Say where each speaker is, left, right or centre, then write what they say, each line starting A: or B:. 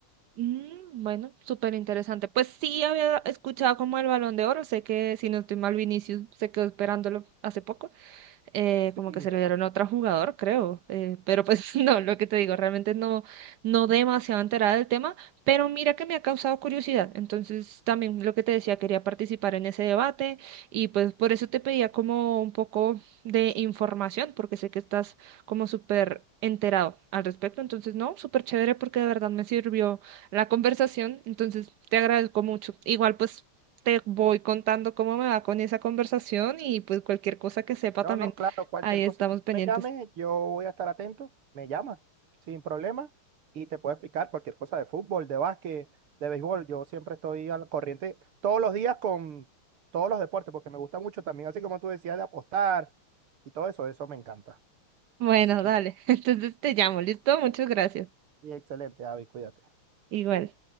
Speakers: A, on the right; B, on the right.
A: Mm, bueno, súper interesante. Pues sí había escuchado como el Balón de Oro, sé que si no estoy mal, Vinicius se quedó esperándolo hace poco eh, como
B: Sí.
A: que se lo dieron a otro jugador, creo. eh, pero pues <laughs> no, lo que te digo, realmente no, no demasiado enterada del tema, pero mira que me ha causado curiosidad. Entonces también lo que te decía, quería participar en ese debate y pues por eso te pedía como un poco de información, porque sé que estás como súper enterado al respecto. Entonces, no, súper chévere porque de verdad me sirvió la conversación. Entonces, te agradezco mucho. Igual pues te voy contando cómo me va con esa conversación y pues cualquier cosa que sepa
B: No,
A: también.
B: no, claro, cualquier
A: Ahí
B: cosa
A: estamos
B: que
A: pendientes.
B: me llames, yo voy a estar atento. Me llamas sin problema, y te puedo explicar cualquier cosa de fútbol, de básquet, de béisbol. Yo siempre estoy al corriente todos los días con todos los deportes, porque me gusta mucho también, así como tú decías, de apostar y todo eso, eso me encanta.
A: Bueno,
B: Así que,
A: dale. <laughs> Entonces te llamo. ¿Listo? Muchas gracias.
B: y excelente, Avi, cuídate.
A: Igual.